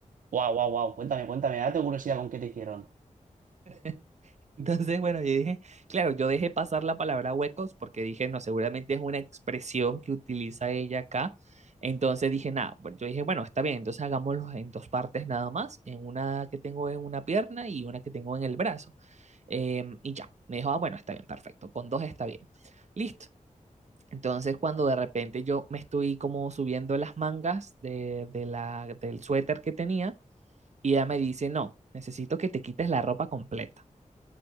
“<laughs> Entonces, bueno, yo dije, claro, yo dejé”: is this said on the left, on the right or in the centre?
Right